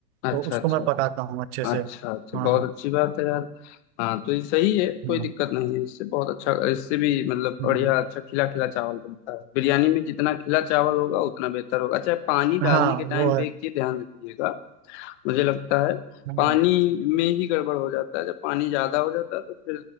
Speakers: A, on the left; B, on the right.
A: अच्छा
B: तो उसको
A: अच्छा
B: मैं पकाता हूँ अच्छे से
A: अच्छा अच्छा
B: हाँ
A: बहुत अच्छी बात है यार हाँ तो ये सही है
B: हाँ
A: कोई दिक्कत नहीं है इससे बहुत अच्छा इससे भी मतलब
B: हम्म,
A: बढ़िया अच्छा खिला खिला चावल बनता है बिरयानी में जितना खिला चावल होगा उतना बेहतर होगा अच्छा पानी
B: हाँ
A: डालने के टाइम
B: वो
A: पे एक चीज ध्यान रखिएगा मुझे लगता है
B: है
A: पानी में ही गड़बड़ हो जाता है जब पानी ज्यादा हो जाता है तो फिर